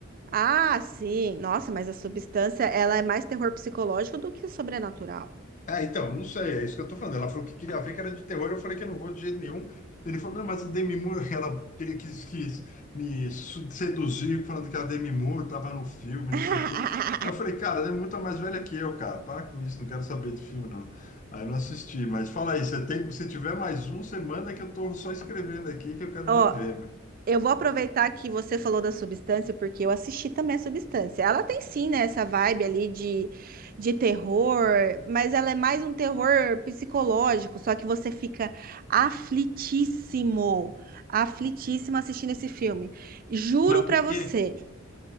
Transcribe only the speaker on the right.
Ah, sim. Nossa, mas a substância, ela é mais terror psicológico do que sobrenatural.
<laughs>
Ó,
eu vou aproveitar que você falou da substância, porque eu assisti também a substância. Ela tem sim, né, essa vibe ali de, de terror, mas ela é mais um terror psicológico, só que você fica aflitíssimo, aflitíssimo assistindo esse filme. Juro
pra
você,